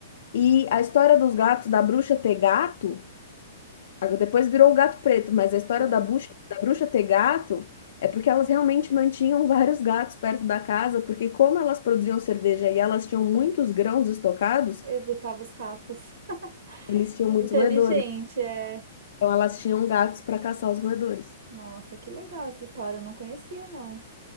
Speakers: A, on the left; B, on the right.
A: E a história dos gatos, da bruxa ter gato, Agora, Depois virou o gato preto, mas a história
B: Virou.
A: da bruxa, da bruxa ter gato é porque elas realmente mantinham vários gatos perto da casa, porque como elas produziam cerveja e elas tinham muitos grãos estocados,
B: Evitava os ratos.
A: eles
B: <laughs>
A: tinham muitos
B: Inteligente,
A: roedores.
B: é.
A: Então elas tinham gatos para caçar os roedores.
B: Nossa, que legal essa história, eu não conhecia, não.